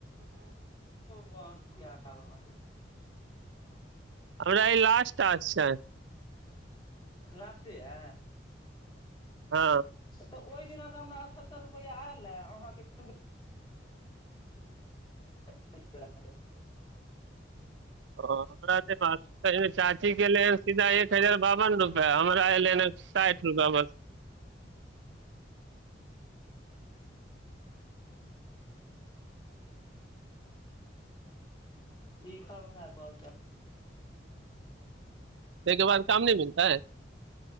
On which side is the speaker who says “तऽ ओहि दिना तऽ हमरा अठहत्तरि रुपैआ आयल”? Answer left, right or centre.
Left